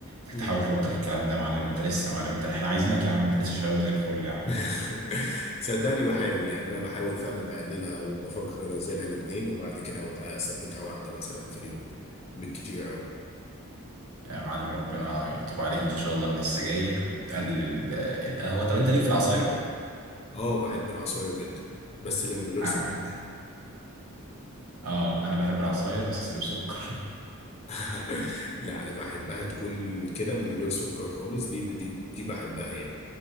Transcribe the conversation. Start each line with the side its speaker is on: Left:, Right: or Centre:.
Right: انك
Left: مم.
Right: تحاول تبطل الكلام ده يا معلم انت لسه يا معلم انت احنا عايزينك يا عم انت لسه شباب وزي الفل يا عم
Left: <laughs> صدقني بحاول يعني انا بحاول فعلا اقللها وبفكر انزلها الاتنين وبعد كده اثبتها واحده مثلا في اليوم بالكتير قوي
Right: يا معلم ربنا يتوب عليك ان شاء الله من السجاير وتقلل ال- القهوه طب انت ليك في العصاير
Left: اه بحب العصاير جدا بس اللي من غير
Right: اه
Left: سكر
Right: آه، انا بحب العصاير بس اللي بسكر
Left: <laughs> لا انا بحبها تكون كده من غير سكر خالص دي دي دي بحبها يعني